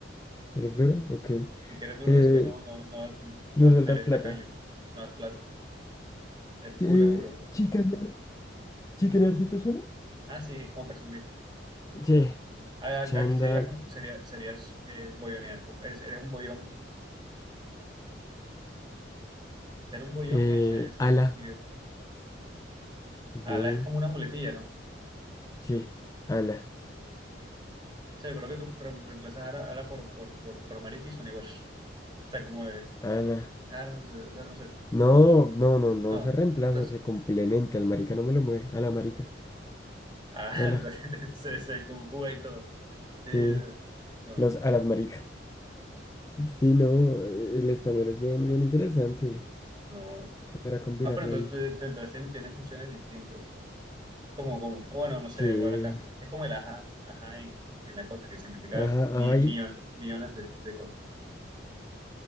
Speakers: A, on the left; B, on the right.
A: ¿Eres duro? Ok.
B: Si que eres duro
A: Eh,
B: es que no, no, no das, o sea,
A: no sueltas
B: eres
A: plata.
B: tacaño, no das plata. Es
A: Eh,
B: culo duro.
A: chicanear. ¿Chicanear sí te suena?
B: Ah, sí, es como presumir.
A: Sí,
B: Ah, a-
A: chanda,
B: Aquí serías un, sería, serías eh, boyonear. como- es- Eres un boyón. Ser un boyón
A: eh,
B: es eh, ser
A: ala,
B: presumido.
A: B,
B: Ala es como una muletilla, ¿no? O
A: Sí. Ala.
B: sea, yo creo que tú re- reemplazas a la, por, por, por, por marica y son igual. <laughs> O sea, como de,
A: Ala.
B: ala, no sé, o sea, no sé.
A: No, no, no, no
B: No.
A: se reemplaza,
B: Entonces,
A: se complementa. El marica no me lo mueve. Ala, marica.
B: ah,
A: Ala.
B: <laughs> entonces, se, se conjuga y todo. Eh,
A: Sí.
B: no.
A: Los alas maricas. Sí, no, eh, el español es bien,
B: ah,
A: bien interesante
B: no.
A: para combinarlo
B: Ah, pero entonces,
A: ahí.
B: te- te- entonces tienes, tienes funciones distintas. Como, como, bueno, no sé,
A: Sí,
B: igual acá. Es como el ajá, ajá en, en la costa, que significa
A: ajá,
B: mil,
A: ajá, y-
B: millones de, de cosas.